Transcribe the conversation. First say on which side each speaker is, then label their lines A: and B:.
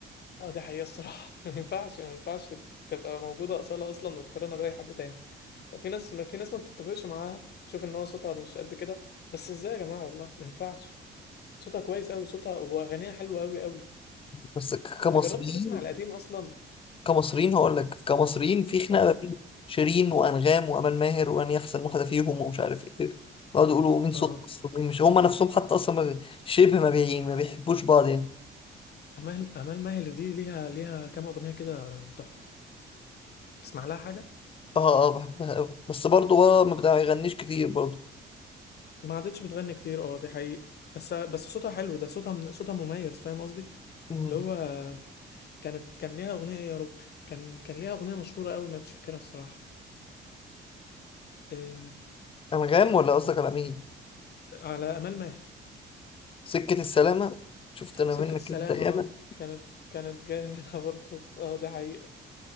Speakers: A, on the left (about 55°); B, on the left (about 30°).
A: اه دي حقيقه الصراحه <laughs> ما ينفعش ما ينفعش تبقى موجوده أصالة اصلا وتقارنها باي حد تاني في ناس ما في ناس ما بتتفقش معاها تشوف ان هو صوتها مش قد كده بس ازاي يا جماعه والله ما ينفعش صوتها كويس قوي صوتها واغانيها حلوه قوي قوي
B: بس ك- كمصريين
A: انت جربت تسمع القديم اصلا
B: كمصريين هقول لك كمصريين في خناقه
A: اه
B: ما بين شيرين وانغام وامل ماهر وان يحسن واحده فيهم ومش عارف ايه يقعدوا يقولوا مين صوت
A: اه
B: مصر ومين مش هم نفسهم حتى اصلا ما بي- شبه ما بي... ما بيحبوش بعض يعني
A: امال امال ماهر دي ليها ليها كام اغنيه كده تحفه تسمع لها حاجه
B: اه اه آه، بحبها قوي بس برضه هو ما بيغنيش كتير برضه
A: ما عادتش بتغني كتير اه دي حقيقه بس بس صوتها حلو ده صوتها من صوتها مميز فاهم قصدي
B: مم.
A: اللي هو كانت كان ليها اغنيه يا رب كان كان ليها اغنيه مشهوره قوي ما عادش فاكرها الصراحه أم،
B: انغام ولا قصدك على مين
A: على امال ماهر
B: سكه السلامه شفت انا
A: سكه
B: منك
A: السلامه
B: انت ياما
A: اه كانت كانت جايه منها برضه اه دي حقيقه